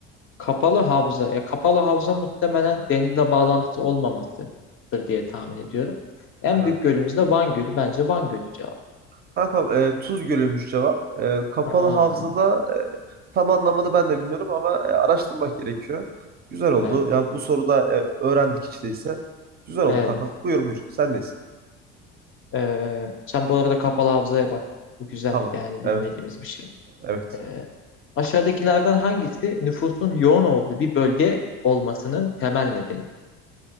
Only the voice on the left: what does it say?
kapalı havza. Ya kapalı havza muhtemelen denizle bağlantısı olmamasıdır diye tahmin ediyorum. En
büyük gölümüz de Van Gölü. Bence Van Gölü cevap.
Ha,
evet.
Evet.
Ee, sen bu arada kapalı havzaya bak. Bu güzel
yani
bilmediğimiz bir şey.
Ee, aşağıdakilerden hangisi nüfusun yoğun olduğu bir bölge olmasının temel nedeni?